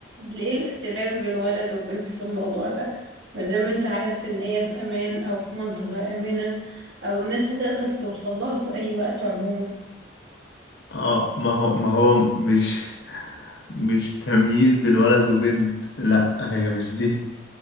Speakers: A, on the right; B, on the left.
A: ايه الاختلاف بين ولد وبنت في الموضوع ده مادام انت عارف ان هي في امان او في منطقة آمنة او ان انت تقدر توصل لها في اي وقت عموما
B: اه ما هو ما هو مش مش تمييز بين ولد وبنت لا هي مش دي